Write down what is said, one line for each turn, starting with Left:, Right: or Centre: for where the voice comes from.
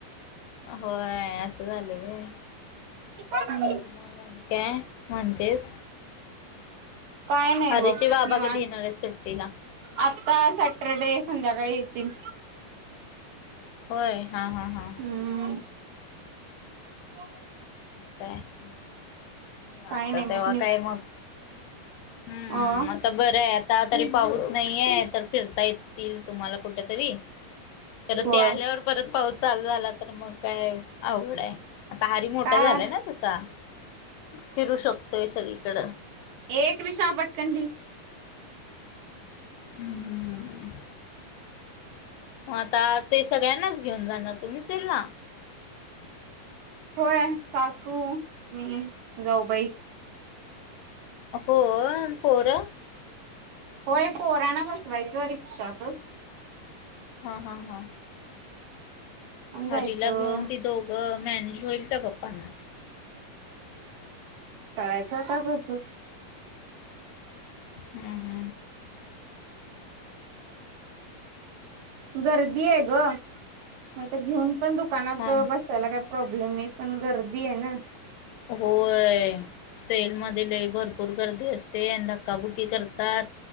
Left: होय असं झालं
Right: जायचं.
Left: मग आणि काय म्हणजेच
Right: काय नाही
Left: हरीचे
Right: बघ
Left: बाबा
Right: नि वान
Left: कधी येणार आहेत सुट्टीला?
Right: आता सॅटरडे संध्याकाळी येतील
Left: होय हा हा हा
Right: हम्म ह
Left: काय मी मानत
Right: काही नाही
Left: तेव्हा
Right: बघ
Left: काय मग हम्म
Right: ह
Left: आता बरं आहे आता तरी पाऊस नाहीये तर फिरता येतील तुम्हाला कुठेतरी तर
Right: होय
Left: ते आल्यावर परत पाऊस चालू झाला तर मग काय आवड आहे आता हारी मोठा
Right: काय
Left: झालाय ना तसा फिरू शकतोय सगळीकडं
Right: एक कृष्णा पटकन
Left: हम्म हम्म मग आता ते सगळ्यांनाच घेऊन जाणार तुम्ही तेल ना
Right: होय सासू मी जाऊबाई
Left: अ हो परा
Right: होय पोराणा बसवायचं रिक्षातच
Left: हा हा हा
Right: आणि जायचं.
Left: हरीला घेऊन ती दोघं मॅनेज होईल का पप्पांना
Right: करायचं आता तसंच
Left: हम हम
Right: गर्दी आहे ग मग तर घेऊन पण दुकानात
Left: हा
Right: बसायला काय प्रॉब्लेम नाही पण गर्दी आहे ना
Left: होय सेलमध्येध ल भरपूर गर्दी असते आणि धक्काबुकी करतात